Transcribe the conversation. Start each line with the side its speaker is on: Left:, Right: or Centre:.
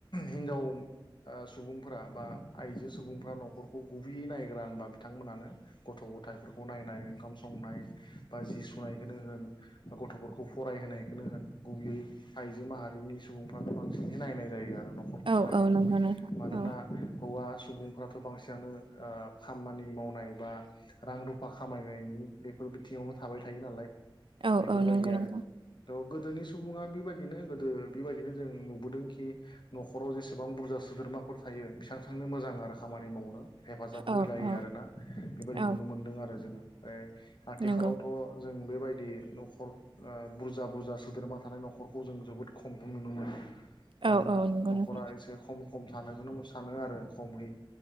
Left: हिनजाव ओ सुबुंफोरा बा आइजो सुबुंफोरा न'खरखौ गुबैयै नायग्रा होनबा बिथांमोनानो गथ' गथायफोरखौ नायनाय ओंखाम संनाय बा जि सुनायखौनो होन बा गथ'फोरखौ फरायहोनाय खौनो होन गुबैयै आइजो माहारिनि सुबुंफ्रानो बांसिनै नायनाय जायो आरो न'खरखौ
Right: औ
Left: सालायनायाव
Right: औ नंगौ नोंथां
Left: मानोना
Right: औ
Left: हौवा सुबुंफ्राथ' बांसिनानो ओ खामानि मावनाय बा रां रुफा खामायनायनि बेफोर बिथिङावनो थाबाय थायो नालाय
Right: औ
Left: बेफोरबायदि
Right: औ नंगौ
Left: आरो
Right: नंगौ
Left: थ' गोदोनि सुबुङा बेबायदिनो गोदो बेबायदिनो जों नुबोदोंखि नखर न'खराव जेसेबां बुरजा सोद्रोमाफोर थायो बेसेबां थांनो मोजां आरो खामानि मावनो। हेफाजाब
Right: औ
Left: होलायो
Right: औ
Left: आरोना बेबायदि
Right: औ
Left: नुनो मोनदों आरो जोङो बेफ्राय आथिखालावथ'
Right: नंगौ
Left: जों बेबायदि न'खर ओ बुर बुरजा बुरजा सोद्रोमा थानाय न'खरखौ जों जोबोद खमखौ नुनो मोनो। मानोना
Right: औ औ नंगौ
Left: न'खरा
Right: नोंथां
Left: एसे खम खम थानोखौनो सानो आरो खमै